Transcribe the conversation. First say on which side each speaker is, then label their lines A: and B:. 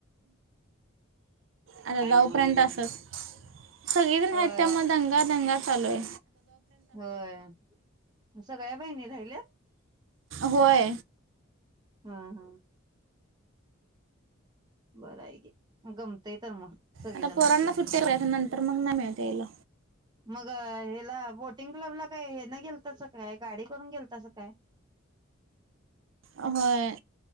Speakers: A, on the right; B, on the right.
A: आता
B: काय
A: जाऊपर्यंत
B: म्हणलीस?
A: असच. सगळे जण
B: होय
A: आहेत त्या मुळ दंगा दंगा. चाललंय.
B: होय सगळ्या बहिणी राहिल्यात.
A: होय
B: हा हा. बरं आहे की म गमतय तर मग. सगळेजण
A: आता पोरांना
B: असल्यावर
A: सुट्ट्या आहेत नंतर मग नाय मिळत यायला.
B: मग हेला बोटिंग क्लब ला काय हे ना गेलतासा काय गाडी करून गेलतासा काय.
A: व्हय